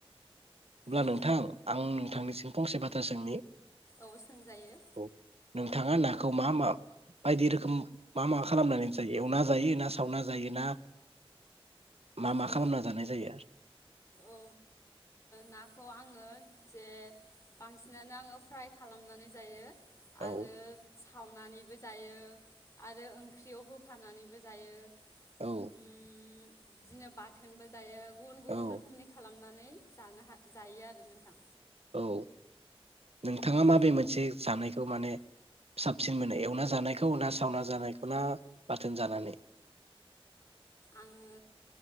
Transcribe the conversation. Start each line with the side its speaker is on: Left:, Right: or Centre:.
Right: अब्ला
Left: ओ
Right: नोंथां आं नोंथांनिसिम फंसे बाथ्रा सोंनि
Left: औ सोंजायो।
Right: औ नोंथाङा नाखौ मा मा बायदि रोखोम मा माबा खालामनानै जायो एवा जायो ना स सावना जायोना मा मा
Left: औ
Right: खालामना जानाय जायो आर
Left: ओ नाखौ आङो जे बांसिनानो आङो फ्राय खालामनानै जायो। आरो
Right: औ
Left: सावनानैबो जायो आरो ओंख्रियाव होफानानैबो जायो।
Right: औ
Left: उम बिदिनो बाथ थोनबो जायो। गुबुन गुबुन
Right: औ
Left: रोखोमनि खालाम नानै जानो हा जायो आरो नोंथां
Right: औ नोंथाङा
Left: औ
Right: माबे मोनसे जानायखौ माने साबसिन मोनो एवना जानायखौ ना सावना जानायखौ ना बाथोन जानानै?
Left: आङो